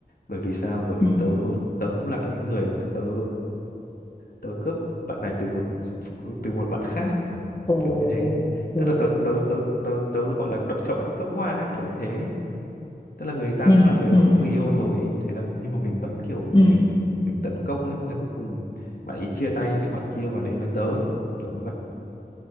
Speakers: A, on the left; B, on the left.
A: bởi vì sao bởi vì
B: ừ
A: tớ tớ cũng là cái người mà tớ tớ cướp bạn này từ một từ một bạn khác
B: Ồ,
A: kiểu như thế
B: Ừ. ồ.
A: tức là tớ tớ tớ tớ tớ gọi là đập chậu cướp hoa ấy, kiểu như thế tức là người ta
B: ừ,
A: cũng là người
B: ừ,
A: có
B: ừ,
A: người yêu rồi ấy. thế là nhưng mà mình vẫn kiểu
B: ừ.
A: mình mình tấn công ấy là cuối cùng bạn ấy chia tay cái bạn kia và đến với tớ kiểu như vậy